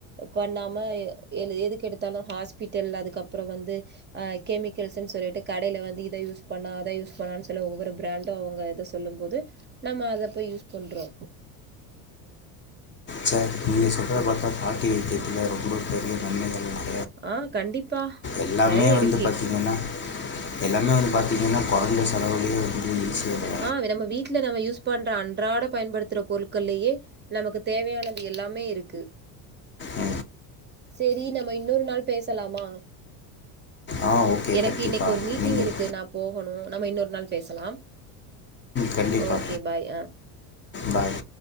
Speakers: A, on the right; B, on the left.
A: பண்ணாம எ ஏழு எதுக்கு எடுத்தாலு ஹாஸ்பிட்டல் அதுக்கப்புற வந்து ஆ கெமிக்கல்ஸ்ன்னு சொல்லிட்டு கடையில வந்து இதை யூஸ் பண்ணா அத யூஸ் பண்ணானு சொல்லி ஒவ்வொரு பிராண்டு அவுங்க இத ஸ் சொல்லும் போது நம்ம அத அப்ப யூஸ் பண்றோ
B: ச நீங்க சொல்றத பாத்தா பாட்டி வைத்தியத்துல ரொம்ப பெரிய நன்மைகள்லா
A: ஆ கண்டிப்பா
B: எல்லாமே
A: நெறைய
B: வந்து
A: இருக்கு.
B: பாத்தீங்கன்னா எல்லாமே வந்து பாத்தீங்கன்னா கொறைஞ்ச செலவுலையே வந்து ஈஸியா தா
A: ஆ நம்ம வீட்ல நம்ம யூஸ் பண்ற அன்றாட பயன்படுத்துற பொருள்கள்லயே நமக்கு தேவையானது எல்லாமே இருக்கு
B: ஆ
A: சேரி நம்ம இன்னொரு நாள் பேசலாமா
B: ஆ ஓகே
A: எனக்கு
B: கண்டிப்பாக
A: இன்னைக்கு ஒரு மீட்டிங்
B: நீங்கள்
A: இருக்கு நா போகணு நம்ம இன்னொரு நாள் பேசலாம்
B: கண்டிப்பா
A: ஓகே பாய்
B: பாய்